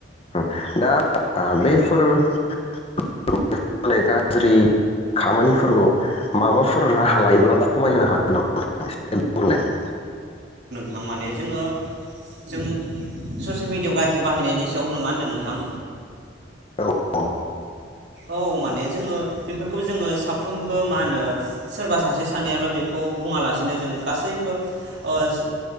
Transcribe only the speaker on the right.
थांमाने जोङो जों ससियेल मि फेव गाज्रि बाहायनायनि सायाव नु मा होनदों नोंथां।
औ माने जोङो बेफोरखौबो जोङो साफ्रोमबो मा होनो सोरबा सासे सानैयाल' बेखौ बुङालासेनो जों गासैबो ओ जो